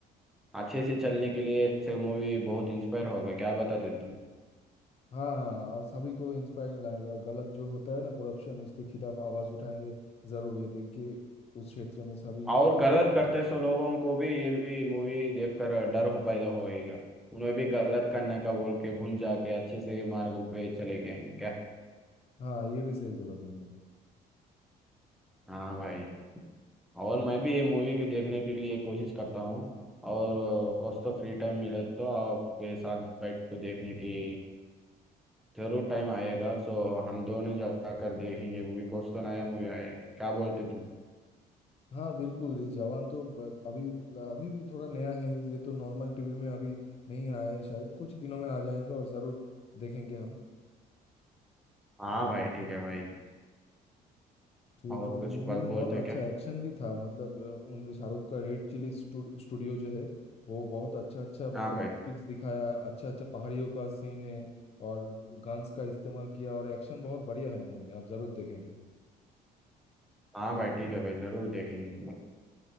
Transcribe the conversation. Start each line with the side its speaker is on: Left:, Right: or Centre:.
Centre: अच्छे से चलने के लिए ऐसे मूवी बहुत इंस्पायर होगा क्या बताते तुम
Left: हाँ हाँ और सभी को इंस्पायरिंग लगेगा और गलत जो होता है ना करप्शन उसके खिलाफ आवाज उठाएंगे जरूर ये देख के उस क्षेत्र में सभी
Centre: और
Left: vote
Centre: गलत
Left: करेंगे।
Centre: करते सो लोगों को भी ये भी मूवी देखकर डर हो पैदा होएगा उन्हें भी गलत करने का बोल के भूल जाके अच्छे से मार्ग पे चले गए क्या
Left: हाँ ये भी सही बोला तुमने
Centre: हाँ भाई और मैं भी ये मूवी के देखने के लिए कोशिश करता हूँ और अ, कुछ तो फ्री टाइम मिले तो आपके साथ बैठ के देखने की जरूर टाइम आएगा सो हम दोनों जाकर देखेंगे मूवी कुछ तो नया मूवी आए क्या बोलते तुम
Left: हाँ बिल्कुल ये जवान तो ब- अभी अभी भी थोड़ा नया है ये तो नॉर्मल टीवी में अभी नहीं आया है शायद कुछ दिनों में आ जाएगा और जरूर देखेंगे हम
Centre: हाँ भाई ठीक है भाई
Left: ठीक
Centre: और
Left: है
Centre: कुछ
Left: मूवी
Centre: बात
Left: में बहुत
Centre: बोलते
Left: अच्छा
Centre: क्या
Left: एक्शन भी था मतलब अ, उन जो शाहरुख का रेड चिली स्टूड- स्टूडियो जो है वो बहुत अच्छा अच्छा मतलब
Centre: हाँ भाई
Left: टॉपिक्स दिखाया अच्छा अच्छा पहाड़ियों का सीन है और गन्स का इस्तेमाल किया और एक्शन बहुत बढ़िया है मूवी में आप जरूर देखेंगे
Centre: हाँ भाई ठीक है भाई जरूर देखेंगे